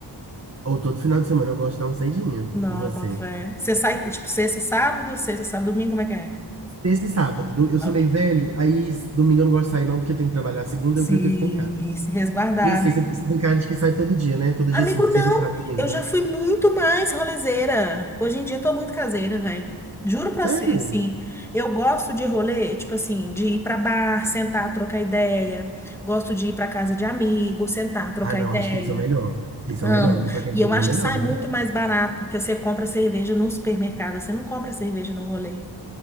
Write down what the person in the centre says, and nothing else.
Não,
boto fé. Você sai, tipo, sexta, sábado, sexta, sábado, domingo, como é que é?
Ok.
Sim,
Se resguardar,
Amigo,
não.
Eu já fui muito mais rolezeira. Hoje em dia eu tô muito caseira, velho. Juro pra
você, assim, eu gosto de rolê, tipo assim, de ir pra bar, sentar, trocar ideia. Gosto de ir pra casa de amigo, sentar, trocar
ideia.
Amo.
E eu
acho
que sai
muito mais barato, porque você compra cerveja no supermercado, você não compra cerveja no rolê.